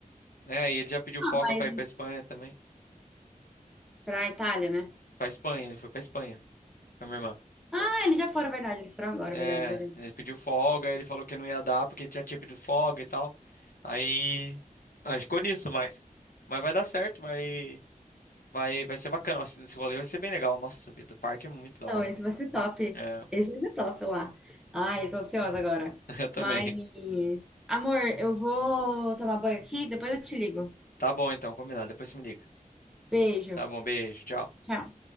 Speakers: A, on the left (about 85°); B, in the centre.
A: É, e ele já pediu folga
B: Ah, Mas
A: pra ir pra Espanha também.
B: pra Itália, né?
A: Pra Espanha, ele foi pra Espanha com a minha irmã.
B: Ah, eles já foram, verdade. Eles foram agora,
A: É,
B: verdade, verdade.
A: ele pediu folga, ele falou que não ia dar porque ele já tinha pedido folga e tal. Aí, aí ficou nisso, mas, mas vai dar certo, vai, vai, vai ser bacana. Nossa, Esse rolê vai ser bem legal. Nossa, vida, o parque é muito da
B: Não,
A: hora.
B: esse vai ser top.
A: É,
B: Esse vai ser top lá. Ai, eu tô ansiosa agora.
A: <laughs> eu também.
B: Mas, amor, eu vou tomar banho aqui, depois eu te ligo.
A: Tá bom, então, combinado. Depois você me liga.
B: Beijo.
A: Tá bom, beijo, tchau.
B: Tchau.